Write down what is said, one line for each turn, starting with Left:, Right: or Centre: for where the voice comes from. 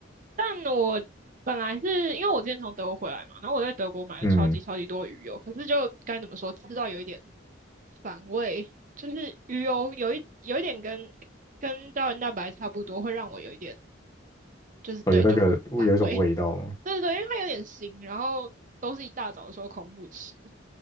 Right: 但我本来是因为我之前从德国回来嘛，然后我在德国买了超级超级多鱼油，
Left: 嗯，
Right: 可是就该怎么说，吃到有一点反胃，就是鱼油有一有一点跟跟胶原蛋白差不多，会让我有一点就是对就反胃。
Left: 哦，有那个有一种味道吗
Right: 对对对，因为它有点腥，然后都是一大早的时候空腹吃。